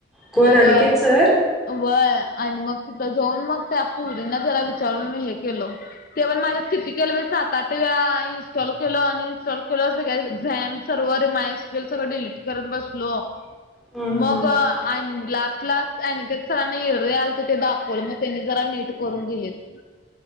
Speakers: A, in the centre; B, on the left.
A: कोण
B: मग
A: अनिकेत
B: अ
A: सर
B: व्हय आणि मग तिथं जाऊन मग त्या पोरींना जरा विचारून मी हे केलो. तेवण माझ्या किती केलं बाई सात त्याजा इन्स्टॉल केलो अनइनस्टॉल केलो सगळ्या झॅम सर्व्हर मायस केलं सगळं डिलीट करत बसलो.
A: हम्म हम्म
B: मग
A: हम्म
B: आन लास्ट लास्ट आणि ते सरांनी घरी आलतं ते दाखवलं मग त्यांनी जरा नीट करून दिलेत.